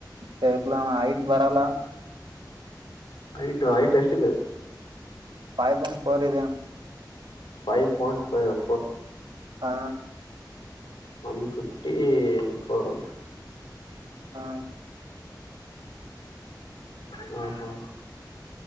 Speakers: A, on the right; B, on the left.
A: ಸೇಲಣ ಹೈಟ್ ಬರಲ್ಲ
B: ಹೈಟ
A: ಅದ್
B: ಹೈಟ್ ಎಷ್ಟಿದೆ
A: ಫೈವ್ ಪಾಯಿಂಟ್ ಫೋರ್ ಇದ
B: ಫೈವ್ ಪಾಯಿಂಟ್ ಫೋರ್
A: ಹಾ
B: ಒನ್ಫಿಫ್ಟಿ ಫೋರ್
A: ಹಾ
B: ಹಾ ಹಾ